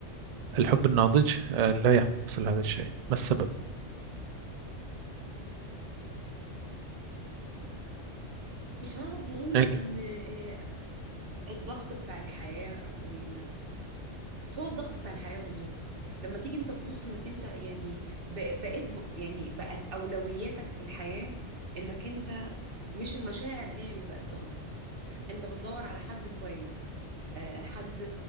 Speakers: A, on the right; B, on the right.
A: الحب الناضج آه، لا يحصل هذا الشيء، ما السبب؟
B: مش هنقعد نقول
A: ال-
B: إن آه، الضغط بتاع الحياة وال... بس هو الضغط بتاع الحياة والله لما تيجي أنت تبص إنك أنت يعني ب- بقيت ب... يعني بقت أولوياتك في الحياة إنك أنت مش المشاعر هي اللي بقت طاغية انت بتدور على حد كويس آه، حد